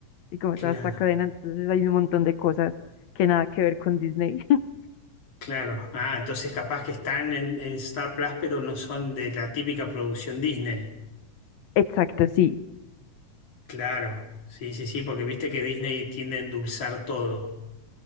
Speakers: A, on the left; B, on the left.
A: y como
B: Claro.
A: toda esta cadena, entonces hay un montón de cosas que nada que ver con Disney. <laughs>
B: Claro. Ah, entonces capaz que están en, en Star Plus, pero no son de la típica producción Disney.
A: Exacto, sí,
B: Claro. Sí, sí, sí, porque viste que Disney tiende a endulzar todo.